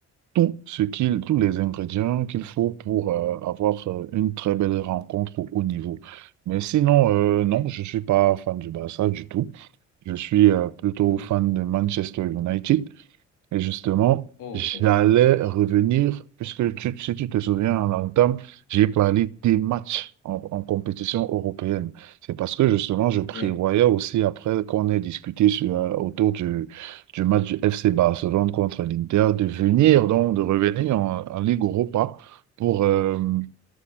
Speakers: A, on the right; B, on the left.
A: tout ce qu'il, tous les ingrédients qu'il faut pour euh, avoir euh, une très belle rencontre au haut niveau. Mais sinon, euh,
B: Oui.
A: non, je ne suis pas fan du Barça du tout. Je suis euh, plutôt
B: Mhm.
A: fan de Manchester United. Et justement,
B: Oh,
A: j'allais revenir, puisque tu- si tu te souviens, en entame, j'ai parlé des matchs en, en compétition européenne. C'est parce que justement, je prévoyais
B: oui.
A: aussi, après qu'on ait discuté sur, euh, autour du, du match du FC Barcelone contre l'Inter, de venir, donc de revenir en, en Ligue Europa pour, euh,